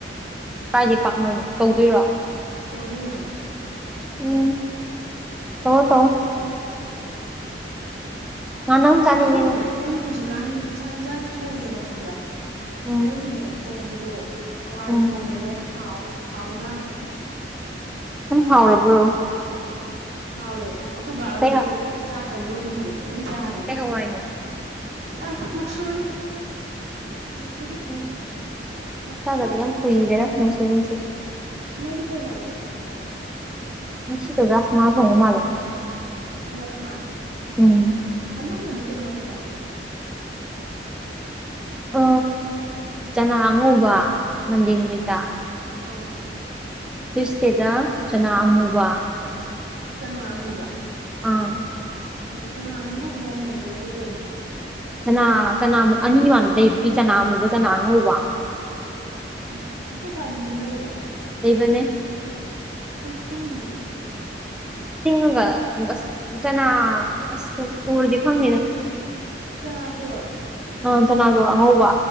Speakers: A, in the centre; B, on the right.
A: ꯀꯥꯏꯗ ꯄꯥꯛꯅꯣ ꯇꯧꯗꯣꯏꯔꯣ
B: ꯆꯧꯗꯣꯏꯅꯤ
A: ꯎꯝ ꯍ ꯇꯣ ꯉꯥꯅ ꯑꯃ ꯆꯥꯅꯤꯡꯉꯦꯉꯣ
B: ꯑꯩꯅꯅꯦ ꯑꯩ ꯍꯧꯖꯤꯛꯀꯥꯟ ꯆꯥꯛ ꯏꯟꯁꯥꯡ ꯊꯣꯡꯉꯦꯕ ꯈꯪꯕ꯭ꯔꯥ
A: ꯎꯝ
B: ꯑꯩꯅꯅꯦ ꯊꯣꯡꯕꯗꯣ ꯍꯋꯥꯏ
A: ꯎꯝ
B: ꯊꯣꯡꯉꯦꯕ ꯌꯥꯝ ꯍꯥꯎ ꯍꯥꯎꯖꯥ
A: ꯁ ꯍꯥꯎꯔꯕ꯭ꯔꯣ
B: ꯍꯥꯎꯋꯦ ꯑꯩꯈꯣꯏ ꯚꯒꯗ
A: ꯀꯩ ꯍꯥ
B: ꯆꯥꯛꯀ ꯂꯦꯝꯗ꯭ꯔꯦ ꯂꯣꯏ ꯆꯥꯔꯦ
A: ꯀꯩ ꯍꯋꯥꯏꯅꯣ
B: ꯑ ꯃꯛꯁꯔꯤ ꯃꯁꯔꯤ
A: ꯎꯝ
B: ꯃꯁꯔꯤ
A: ꯆꯥꯗꯕ ꯌꯥꯝ ꯀꯨꯏꯔꯦꯗ ꯃꯨꯁꯣꯔꯤꯁꯨ
B: ꯅꯣꯏꯗꯤ ꯀꯩ ꯑꯣꯏꯖꯥꯏ
A: ꯅꯅꯨꯡ ꯁꯤꯗ ꯭ꯔꯥꯁꯃꯅꯥ ꯊꯉ ꯃꯅꯦꯦ
B: ꯔꯁꯃꯥ
A: ꯎꯝ
B: ꯑꯅꯝꯕꯅ ꯀꯩ ꯑꯣꯏꯣꯏ ꯆꯒꯦ
A: ꯑ ꯆꯅꯥ ꯑꯉꯧꯕ ꯅꯟꯗꯤ ꯅꯨꯃꯤꯠꯇ
B: ꯑꯥ
A: ꯇꯨꯁꯇꯦꯗ ꯆꯅꯥ ꯑꯃꯨꯕ
B: ꯆꯉ ꯑꯃꯨꯕ
A: ꯑꯥ
B: ꯆꯅ ꯑꯉꯃꯨꯒꯖꯤꯦ ꯀꯩꯅꯤ
A: ꯆꯅꯥ ꯆꯅꯥ ꯑꯅꯤ ꯋꯥꯟ ꯂꯩꯕꯨꯗꯤ ꯆꯅꯥ ꯑꯃꯨꯕ ꯆꯅꯥ ꯑꯉꯧꯕ
B: ꯑ ꯑꯩꯈꯣꯏ ꯁ꯭ꯋꯥꯏꯁꯤꯁꯨ ꯂꯩꯕ꯭ꯔꯣ
A: ꯂꯩꯕꯅꯦ
B: ꯑꯩ ꯈꯣꯡꯗꯤ
A: ꯊꯤꯡꯉꯒ ꯖꯅꯥ ꯑꯁ ꯎꯨꯔꯗꯤ ꯐꯪꯅꯤꯅ
B: ꯆꯅꯥꯆꯣꯔ
A: ꯅꯥꯉꯧꯕ